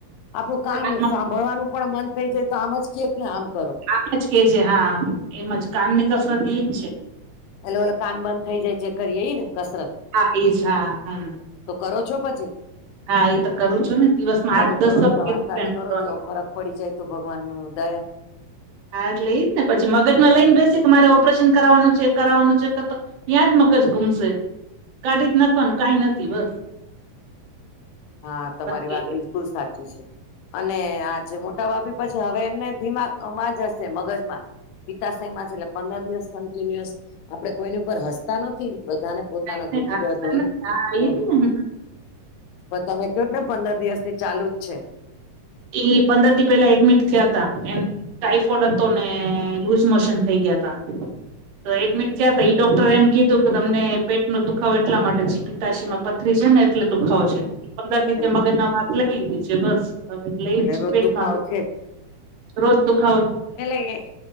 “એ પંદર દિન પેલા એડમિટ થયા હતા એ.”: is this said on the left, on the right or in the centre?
Right